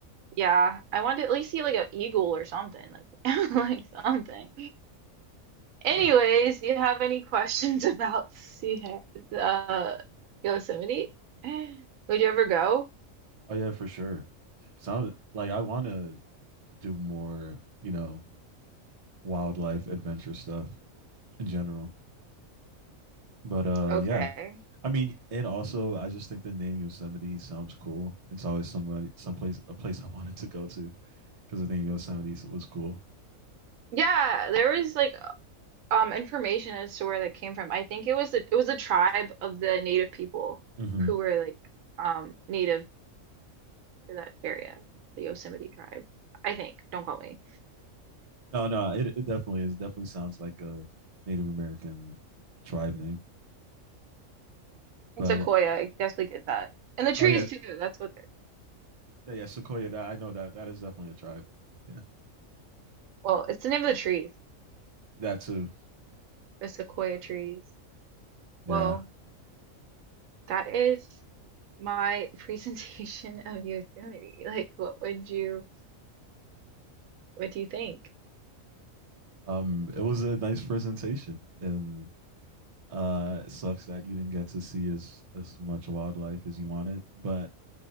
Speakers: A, on the right (about 80°); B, on the right (about 40°).
A: yeah, I wanted to at least see like an eagle or something, like, <laughs> like something. Anyways,
B: Yeah.
A: do you have any questions <laughs> about Sea, uh, Yosemite? Would you ever go?
B: Oh yeah, for sure. Sound like I want to do more, you know, wildlife adventure stuff in general. But uh,
A: Okay.
B: yeah. I mean, and also I just think the name Yosemite sounds cool. It's always somebody, someplace, a place I wanted to go to because the name Yosemite s- was cool.
A: Yeah, there was like um information as to where that came from. I think it was the, it was a tribe of the native people
B: hmm
A: who were like um native to that area, the Yosemite tribe. I think. Don't quote me.
B: No, no, it, it definitely is. Definitely sounds like a Native American tribe name. But
A: And sequoia,
B: uh,
A: I guess we get that. And the trees
B: oh yeah,
A: too. That's what they're.
B: Yeah, yeah, Sequoia. That I know that that is definitely a tribe. Yeah,
A: Well, it's the name of the trees,
B: that too.
A: the sequoia trees.
B: Yeah.
A: Well, that is my <laughs> presentation of Yosemite. Like, what would you what do you think?
B: Um, it was a nice presentation, and uh, it sucks that you didn't get to see as as much wildlife as you wanted. But